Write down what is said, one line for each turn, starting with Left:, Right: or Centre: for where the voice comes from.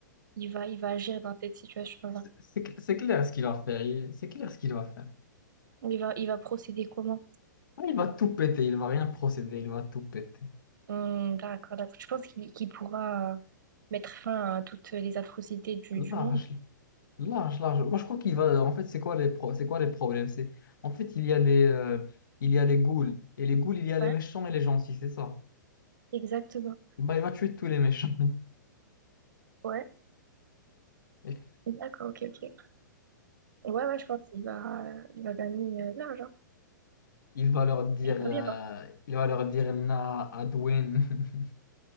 Right: il va, il va agir dans cette situation-là.
Left: C'est c'est- c'est clair ce qu'il va faire. il- C'est clair ce qu'il va faire.
Right: Ou Il va, il va procéder comment?
Left: Ah, il va tout péter. Il va rien procéder. Il va tout péter.
Right: Hum, d'accord, d'accord. Je pense qu'il qu'il pourra mettre fin à toutes les atrocités du,
Left: Large.
Right: du monde.
Left: Large, large. Moi, je crois qu'il va. En fait, c'est quoi les pro- c'est quoi les problèmes? C'est... En fait, il y a les, euh, il y a les ghouls. Et les ghouls, il y a les
Right: Ouais,
Left: méchants et les gentils. C'est ça.
Right: exactement.
Left: Bah, il va tuer tous les méchants.
Right: Ouais,
Left: <laughs>
Right: d'accord, ok, ok. Ouais, ouais, je pense qu'il va, il va gagner euh, de l'argent.
Left: Il va leur dire,
Right: J'aimerais
Left: euh,
Right: bien
Left: il va leur dire Na Adwin. <laughs>